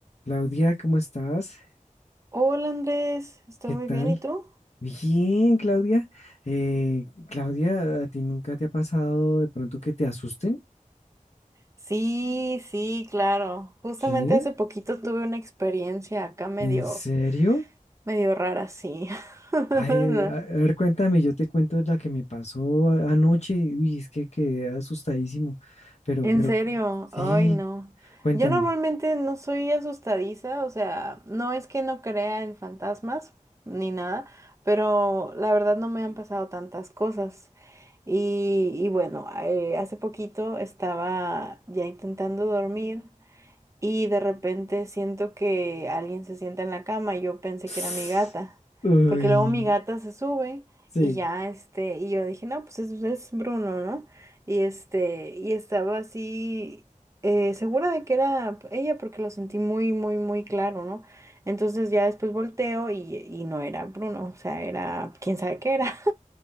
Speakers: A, on the left (about 55°); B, on the right (about 20°).
A: Claudia, ¿cómo estás?
B: Hola Andrés, estoy
A: ¿Qué
B: muy
A: tal?
B: bien, ¿y tú?
A: Bien, Claudia. Eh, Claudia, ¿a ti nunca te ha pasado de pronto que te asusten?
B: Sí, sí, claro. Justamente
A: ¿Sí?
B: hace poquito tuve una experiencia acá medio,
A: ¿En serio?
B: medio rara, sí. <laughs>
A: Ay, a a ver, cuéntame, yo te cuento la que me pasó a- anoche. Uy, es que quedé asustadísimo. Pero,
B: En
A: pero,
B: serio,
A: sí,
B: ay no.
A: cuéntame.
B: Yo normalmente no soy asustadiza, o sea, no es que no crea en fantasmas ni nada, pero la verdad no me han pasado tantas cosas. Y, y bueno, eh, hace poquito estaba ya intentando dormir. y de repente siento que alguien se sienta en la cama y yo pensé
A: <sniffs>
B: que era mi gata,
A: Uy,
B: porque luego mi gata se sube
A: sí.
B: y ya este, y yo dije, no, pues es, es Bruno, ¿no? Y este, y estaba así eh, segura de que era ella porque lo sentí muy, muy, muy claro, ¿no? Entonces ya después volteo y, y no era Bruno, o sea, era quién sabe qué era. <laughs>